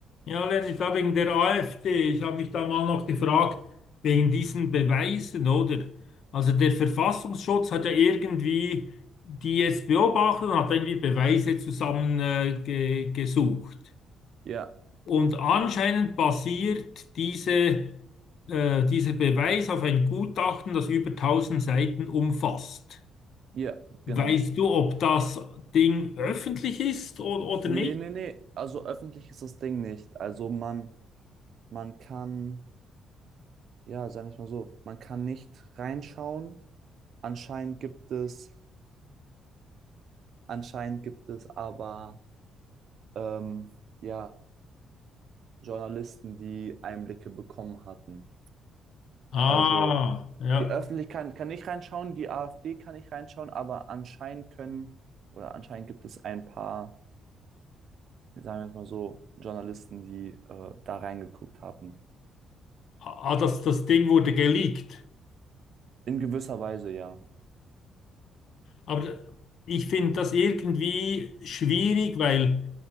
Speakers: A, on the left; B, on the right.
A: Ja, Lenny, da wegen der AfD. Ich habe mich da mal noch gefragt, wegen diesen Beweisen, oder? Also der Verfassungsschutz hat ja irgendwie die jetzt beobachtet und hat irgendwie Beweise zusammen äh, ge gesucht.
B: Ja,
A: Und anscheinend basiert diese, äh, dieser Beweis auf ein Gutachten, das über tausend Seiten umfasst.
B: ja, genau.
A: Weißt du, ob das Ding öffentlich ist oder, oder
B: Nee,
A: nicht?
B: nee, nee. Also öffentlich ist das Ding nicht. Also man, man kann, ja, sagen wir es mal so, man kann nicht reinschauen. Anscheinend gibt es, anscheinend gibt es aber, ähm, ja, Journalisten, die Einblicke bekommen hatten.
A: Ah,
B: Also
A: ja.
B: die Öffentlichkeit kann nicht reinschauen, die AfD kann nicht reinschauen, aber anscheinend können, oder anscheinend gibt es ein paar, sagen wir es mal so, Journalisten, die äh, da reingeguckt haben.
A: Ah, das, das Ding wurde geleakt.
B: In gewisser Weise ja,
A: Aber ich finde das irgendwie schwierig, weil